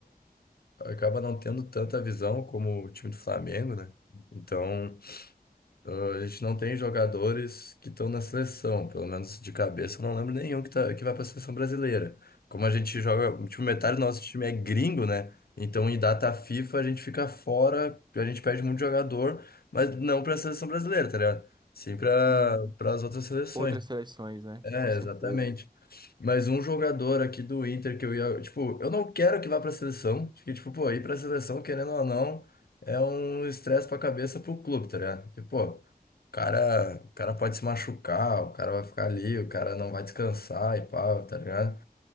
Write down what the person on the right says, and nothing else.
Uhum.
Outras seleções, né?
Com certeza.